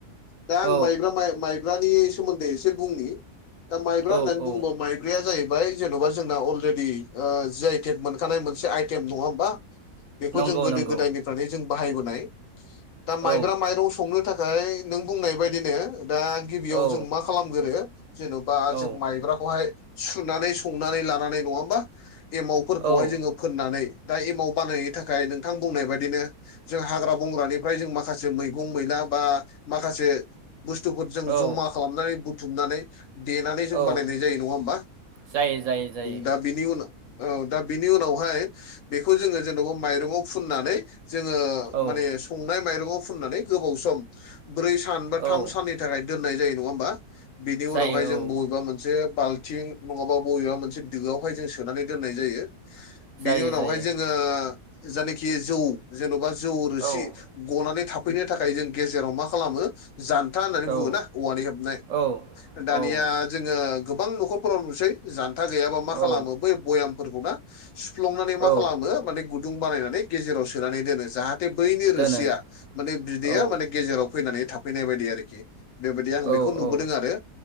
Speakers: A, on the left; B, on the right.
A: दा आं
B: औ
A: माइब्रा माइब्रानि सोमोन्दै एसे बुंनि दा माइब्रा
B: औ
A: होननानै बुङोबा
B: औ
A: माइ ब्राया जाहैबाय जेन'बा जोंना अलरेडि जि आइ टेक मोनखानाय मोनसे आइटेम नङा होमबा बेखौ
B: नंगौ
A: जों गोदो
B: नंगौ
A: गोदायनिफ्राय जों बाहायबोनाय दा माइब्रा
B: औ
A: माइरं संनो थाख ओफ्राय नों बुंनाय बायदिनो दा गिबियाव
B: औ
A: जों मा खालामगोरो जेन'बा
B: औ
A: जों माइब्राखौहाय सुनानै संनानै लानानै नङा होमबा एमावफोरखौहाय
B: औ
A: जोङो फोननानै दा एमाव बानायनो थाखाय नोंथां बुंनाय बायदिनो जों हाग्रा बंग्रानिफ्राय जों माखासे मैगं मैला बा माखासे बुस्थुफोरजों
B: औ
A: जमा खालामनानै बुथुमनानै देनानै जों
B: औ
A: बानायनाय
B: औ
A: जायो नङा होमबा
B: जायो जायो जायो
A: दा बिनि उनाव औ दा बिनि उनावहाय बेखौ जोङो जेनेबा माइरङाव फुननानै जोङो
B: औ
A: माने संनाय माइरंआव फुननानै गोबाव सम ब्रै सान बा
B: औ
A: थाम साननि दोननाय जायो नङा होनबा बिनि
B: जायो
A: उनावहाय
B: औ
A: जों बबेबा मोनसे बाल थिं नङाबा बबेबा मोनसे दोआवहाय जों सोनानै दोननाय जायो
B: जायो
A: बेनि उनावहाय
B: जायो
A: जोङो जायनाखि जौ जेन'बा जौ रोसि
B: औ
A: गनानै थाफैनो थाखाय जों गेजेराव मा खालामो जान्था होननानै
B: औ
A: बुंङो ना औवानि हेबनाय
B: औ
A: दानिया
B: औ
A: जोङो गोबां न'खरफोराव नुसै जानथा गैयाबा मा
B: औ
A: खालामो बै भयामफोरखौ ना सुफ्लंनानै मा
B: औ
A: खालामो माने गुदुं बानायनानै गेजेराव सोनानै दोनो जाहाथे जाहाथे बैनि रोसिया
B: दोनो
A: माने बिदैया
B: औ
A: माने गेजेराव फैनानै थाफैनाय बायदि आरोखि बेबायदि आं
B: औ
A: बेखौ नुबोदों
B: औ
A: आरो